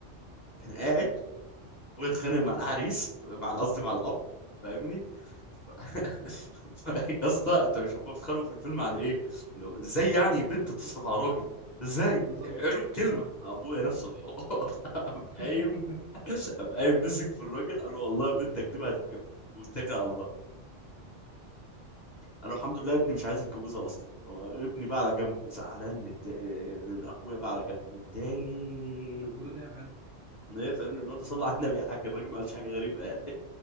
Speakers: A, on the left; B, on the right.
A: كان قاعد واتخانق مع العريس مع قصدي مع الاب فاهمني ف- <laughs> ف- يا اسطى انت مش هم بيتخانقوا في الفيلم عن ايه انه ازاي يعني بنت تصرف على راجل ازاي
B: بالظبط
A: قالوا الكلمه
B: اه
A: ابويا نفس الحوار <laughs> قام
B: <laughs>
A: قايم قام قايم مسك في الراجل قال له والله بنتك دي ما هتتجوز واتكل على الله قال له الحمد لله ابني مش عايز يتجوزها اصلا هو ابني بقى على جنب زعلان متضايق اخويا بقى على جنب متضايق
B: طب بتقول ايه يا حاج
A: ايه فاهمني اللي هو انت صلى على النبي يا حاج الراجل ما قالش حاجه غريبه يعني